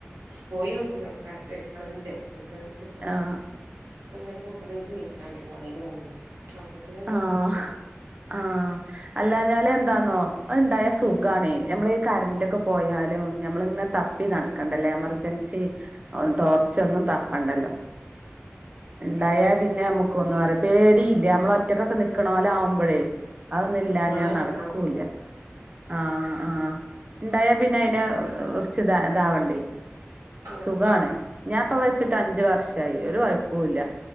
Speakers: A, on the right (about 75°); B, on the right (about 30°).
A: പോയി നോക്കി വെക്കാൻ വെക്കണം വിചാ ഇവിടെ വെയിച്ചത്തില്ല
B: ആഹ്
A: <unintelligible> സമായെത്ത് കേൾക്കാണ്ട് പോണെന്ന് മുന്നേ അപ്പത്തിന് വെക്കാന്ന്
B: ആഹ്
A: പറഞ്ഞു
B: ആ അല്ലാഞ്ഞാല് എന്താന്നോ ഒണ്ടായ സുഖണെ
A: ഉം
B: ഞമ്മളി കരന്റൊക്കെ
A: ഉം
B: പോയാലും ഞമ്മളിങ്ങനെ തപ്പി
A: ഉം
B: നടക്കണ്ടല്ലേ എമർജൻസി
A: ഉം
B: ടോർച്ച് ഒന്നും തപ്പ പണ്ടല്ലോ ഇണ്ടായാ
A: അതന്നെ
B: പിന്നെ നമ്മുക്ക് ഒന്നും അറി പേടിയില്ല നമ്മള ഒ <unintelligible> ക്കണോലാവുമ്പോഴേ അതൊന്നുവില്ലഞ്ഞാ
A: ഉം അതാണ്
B: നടക്കൂല്ല
A: ഒന്നാമത്തത്
B: ആഹ്
A: ഉം
B: ആഹ് ഇണ്ടായാ പിന്നെ അയിന് കുറച്ച് ഇതാ ഇതാവണ്ടേ
A: ആഹ്
B: സുഖാണ് ഞാൻപ്പ വെച്ചിട്ട് അഞ്ച് വർഷ് ആയി ഒരു വ പോവൂല